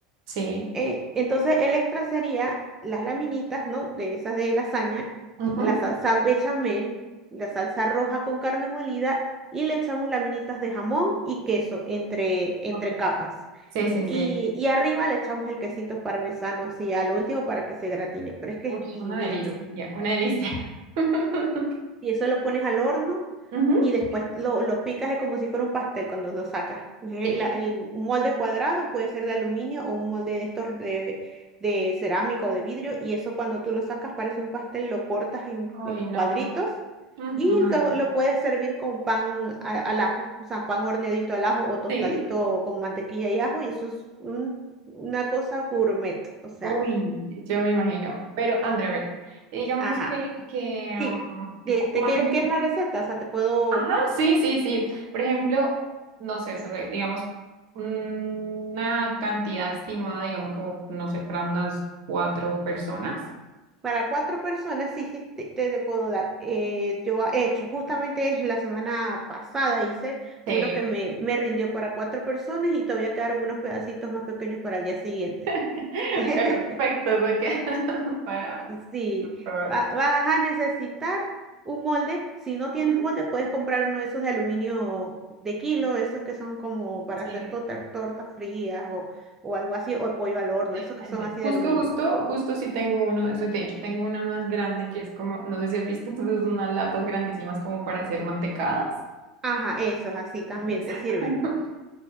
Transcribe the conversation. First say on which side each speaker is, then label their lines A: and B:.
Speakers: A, on the right; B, on the right.
A: Sí.
B: Eh, entonces el extra sería las laminitas, ¿no? De esas de lasaña,
A: Ujú.
B: la salsa bechamel, la salsa roja con carne molida y le echamos laminitas de jamón y queso entre, entre
A: con- colofón.
B: capas.
A: Sí, sí,
B: Y,
A: sí.
B: y arriba le echamos el quesito parmesano así a lo último para que se gratine, pero es que
A: Uy,
B: es divino
A: una delicia, una delicia. <laughs>
B: y eso lo pones al horno
A: Ujú.
B: y después lo, lo picas eh, como si fuera un pastel cuando lo sacas. Eh,
A: Sí,
B: la- el, un molde cuadrado puede ser de aluminio o un molde de estos de, de cerámica o de vidrio y eso cuando tú lo sacas parece un pastel, lo cortas en,
A: Ay,
B: en
A: no.
B: cuadritos
A: Ujú.
B: y
A: madre.
B: lo, lo puedes servir con pan a- al ajo, o sea, pan horneadito al ajo o tostadito
A: Sí.
B: con mantequilla y ajo y eso es un- una cosa gourmet, o sea,
A: Uy, yo me imagino. Pero, André, a ver, digamos
B: ajá.
A: que, que
B: Sí,
A: mm,
B: ¿te, te
A: cuán-
B: quieres, quieres la receta? O sea, te puedo...
A: Ajá, sí, sí, sí. Por ejemplo, no sé, so- digamos, una cantidad estimada, digamos, como, no sé, para unas cuatro personas.
B: Para cuatro personas, sí, sí, te, te- te puedo dar. Eh, yo he hecho, justamente la semana pasada hice
A: Sí,
B: uno que me, me rindió para cuatro personas y todavía quedaron unos pedacitos más pequeños para el día siguiente.
A: <laughs>
B: <laughs>
A: perfecto, eso queda <laughs> para...
B: Sí,
A: probar.
B: va- vas a necesitar un molde. Si no
A: Ajá,
B: tienes molde, puedes comprar uno de esos de aluminio de kilo, esos que son como para
A: Sí,
B: hacer tota- tortas frías o, o algo así, o pollo al horno,
A: sí.
B: esos que son
A: De-
B: así
A: Justo,
B: de aluminio.
A: justo, justo sí tengo uno de esos. De hecho, tengo una más grande que es como, no sé si has visto, <laughs> esas son unas latas grandísimas como para hacer mantecadas.
B: Ajá, esos así también
A: Exacto.
B: te sirven.